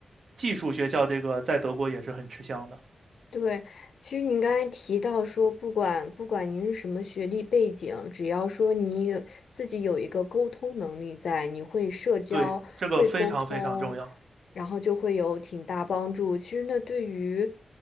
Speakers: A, on the right (about 70°); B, on the left (about 85°).
A: 技术学校这个在德国也是很吃香的。
B: 对，其实您刚才提到说，不管不管您是什么学历背景，只要说你有自己有一个沟通能力在，你会社交，
A: 对，这个非常非常重要。
B: 会沟通，然后就会有挺大帮助。其实那对于